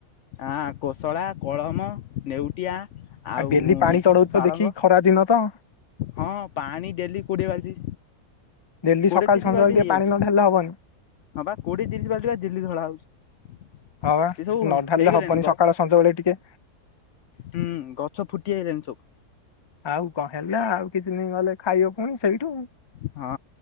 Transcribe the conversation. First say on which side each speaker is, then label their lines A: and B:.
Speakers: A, on the left; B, on the left.
A: ଆଁ କୋଶଳା କଳମ ନେଉଟିଆ ଆଉ
B: ଆ ଡେଲି ପାଣି ଚଢଉଥିବ
A: ପାଳଙ୍ଗ
B: ଦେଖିକି ଖରା ଦିନ ତ
A: ହଁ ପାଣି ଡେଲି କୋଡ଼ିଏ ବାଲ୍ଟି
B: ଡେଲି
A: କୋଡ଼ିଏ
B: ସକାଳ
A: ତିରିଶ
B: ସନ୍ଧ୍ୟାଳେ
A: ବାଲ୍ଟି
B: ଟିକେ
A: ହେଇଯାଉଛି
B: ପାଣି ନ ଢାଲେ ହବନି
A: ହଁ ବା କୋଉଠି ତିରିଶ ବାଲ୍ଟି ବା ଦେଲ୍ଲି ଧଳା ହଉଛି
B: ହଁ ବା
A: ସେ ସବୁ
B: ନ ଢାଲେ
A: ହେଇଗଲାଣି
B: ହବନି
A: ଗ
B: ସକାଳ ସଞ୍ଜବେେଳେ ଟିକେ
A: ହୁଁ ଗଛ ଫୁଟି ଆଇଲାଣି ସବୁ
B: ଆଉ କଣ ହେଲା ଆଉ କିଛି ଦିନ ଗଲେ ଖାଇବ ପୁଣି ସେଇଠୁ
A: ହଁ